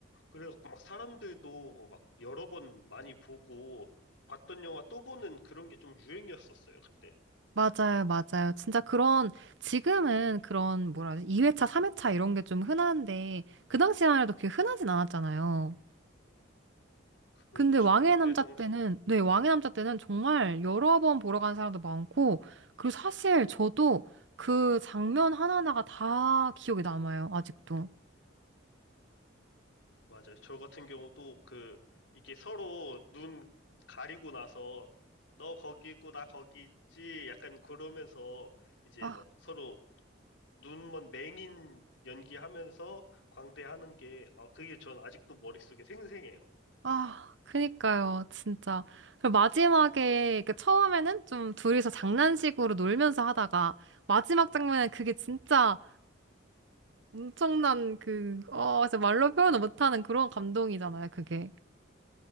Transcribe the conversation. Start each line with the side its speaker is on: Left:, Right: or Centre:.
Left: 그래갖고 막 사람들도 막 여러 번 많이 보고 봤던 영화 또 보는 그런 게 좀 유행이었었어요, 그때.
Right: 맞아요, 맞아요. 진짜 그런, 지금은 그런, 뭐라 하지? 2회차, 3회차 이런 게 좀 흔한데, 그 당시만 해도 그게 흔하진 않았잖아요.
Left: 그렇죠.
Right: 근데 왕의
Left: 그때
Right: 남자
Left: 당시
Right: 때는, 네, 왕의 남자 때는 정말 여러 번 보러 간 사람도 많고, 그리고 사실 저도 그 장면 하나하나가 다 기억에 남아요, 아직도.
Left: 맞아요. 저 같은 경우도 그 이게 서로 눈 가리고 나서 너 거기 있고 나 거기 있지 약간 그러면서 이제
Right: 아,
Left: 막 서로 눈먼 맹인 연기하면서 광대하는 게 아, 그게 전 아직도 머릿속에 생생해요.
Right: 아, 그니까요, 진짜. 그리고 마지막에, 그 처음에는 좀 둘이서 장난식으로 놀면서 하다가, 마지막 장면에 그게 진짜 엄청난 그, 어, 진짜 말로 표현을 못하는 그런 감동이잖아요, 그게.